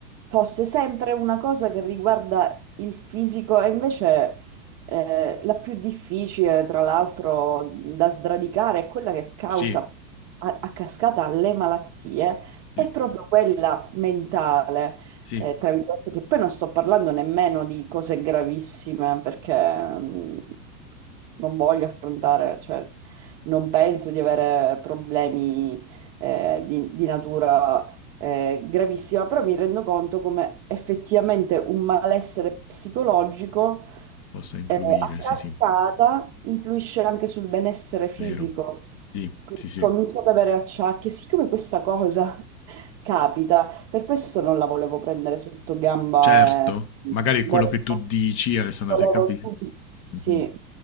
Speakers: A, on the right (about 35°); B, on the left (about 30°).
A: fosse sempre una cosa che riguarda il fisico e invece eh, la più difficile, tra l'altro, da sradicare è quella che causa
B: sì,
A: a, a cascata le malattie,
B: sì,
A: è proprio quella mentale.
B: sì,
A: eh, tra virgolette, che poi non sto parlando nemmeno di cose gravissime perché mm, non voglio affrontare, cioè, non penso di avere problemi eh, di, di natura eh, gravissima, però mi rendo conto come effettivamente un malessere psicologico
B: possa influire,
A: eh, a cascata
B: sì, sì,
A: influisce anche sul benessere fisico.
B: vero. Sì,
A: Quindi
B: sì, sì.
A: Comincio ad avere acciacchi, siccome questa cosa <laughs> capita, per questo non la volevo prendere sotto gamba
B: Certo,
A: e
B: magari
A: volevo,
B: quello che tu dici, Alessandra,
A: volevo
B: se capisci,
A: subito,
B: Mhm.
A: sì,